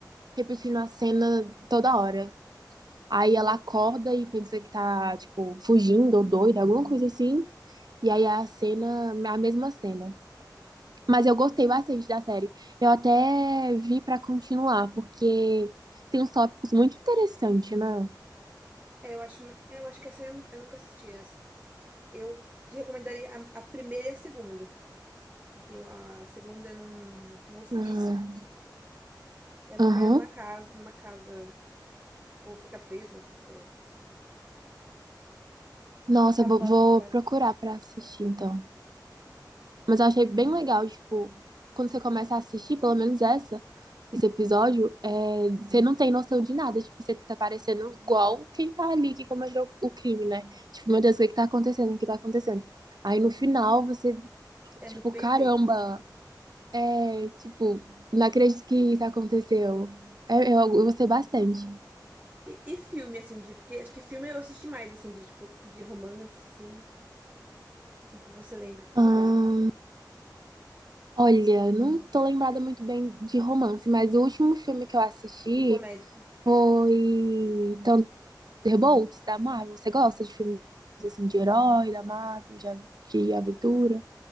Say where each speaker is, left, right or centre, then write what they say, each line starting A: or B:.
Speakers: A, on the right; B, on the right.
A: repetindo a cena toda hora. Aí
B: não,
A: ela acorda e pensa que tá, tipo, fugindo ou doida, alguma coisa assim. E aí a cena, a mesma cena. Mas eu gostei
B: não.
A: bastante da série. Eu até vi pra continuar, porque tem uns tópicos muito interessantes, né?
B: É, eu acho, é, eu acho que essa eu nunca, eu nunca assisti essa. Eu te recomendaria a, a primeira e a segunda. Que a segunda é num, num hospício,
A: Ah,
B: e a primeira
A: Aham.
B: é numa casa, numa casa, ou fica preso, não sei o que.
A: Nossa,
B: Uma casa
A: vou,
B: mal
A: vou
B: assombrada.
A: procurar pra assistir, então. Mas eu achei bem legal, tipo, quando você começa a assistir, pelo menos essa, esse episódio, é, você não tem noção de nada. Tipo, você tá parecendo igual quem tá ali que cometeu o crime, né? Tipo, meu Deus, o que que tá acontecendo? O que tá acontecendo? Aí no final você,
B: É
A: tipo,
B: muito bem
A: caramba.
B: feita.
A: É, tipo, não acredito que isso aconteceu. É, eu, eu gostei bastante.
B: E, e filme, assim, de, porque acho que filme eu assisti mais, assim, de tipo, de romance, assim, o que você lembra que
A: Ah,
B: você gosta.
A: olha, não tô lembrada muito bem de romance, mas o último filme que eu assisti
B: Comédia.
A: foi Thunderbolts, da Marvel. Você gosta de filmes assim de herói, da Marvel, de, a- de aventura?